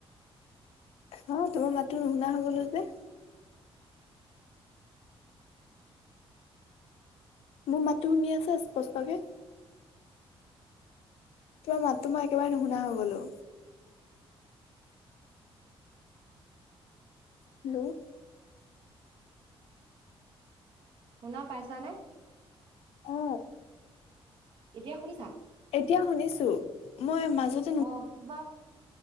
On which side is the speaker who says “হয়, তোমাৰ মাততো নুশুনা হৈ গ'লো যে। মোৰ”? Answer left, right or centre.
Left